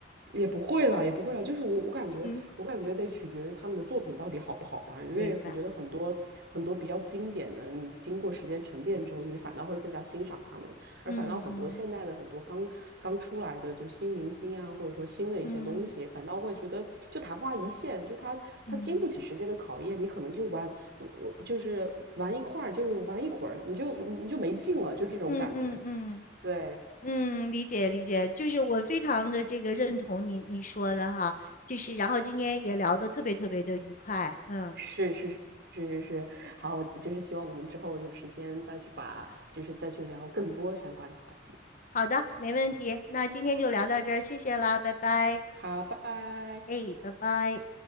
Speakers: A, on the right; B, on the left.
A: 也不会啦，也不会啦，就是我我感觉，
B: 嗯，
A: 我感觉得取决于他们的作品到底好不好吧，因为我觉得很多很多比较经典的，
B: 明白。
A: 你经过时间沉淀之后，你反倒会更加欣赏他们，而反倒很多现代的很多刚刚出来的就新明星啊，
B: 嗯嗯
A: 或者说新的一些东西，
B: 嗯
A: 反倒会觉得就昙花一现，就他他经不起时间的考验，
B: 嗯
A: 你可能就玩，呃就是玩一块儿，就是玩一会儿，你就你就没劲了，就这种感觉，
B: 嗯嗯嗯。嗯嗯
A: 对。
B: 嗯，理解理解，就是我非常的这个认同你你说的哈，就是然后今天也聊得特别特别的愉快，嗯，
A: 是是是是是，好，我就是希望我们之后有时间再去把，就是再去聊更多相关的话题。
B: 好的，没问题，那今天就聊到这儿，谢谢啦，拜拜，
A: 好，拜拜。
B: 哎，拜拜。